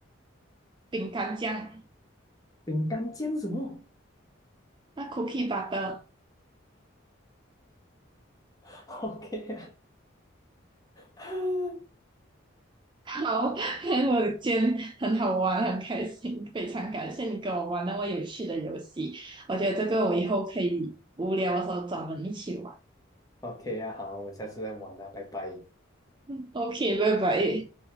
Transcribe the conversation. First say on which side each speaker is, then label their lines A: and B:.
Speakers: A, on the right; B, on the left.
A: 饼干酱，
B: 饼干酱什么
A: 那 cookie butter，
B: <laughs>？OK 啊 <laughs>
A: 好，<laughs> 我的今天，很好玩，很开心，非常感谢你跟我玩那么有趣的游戏，我觉得这个我以后可以无聊的时候找人一起玩。
B: ，OK 啊，好，我们下次再玩啊，拜拜。
A: 嗯 OK，拜拜。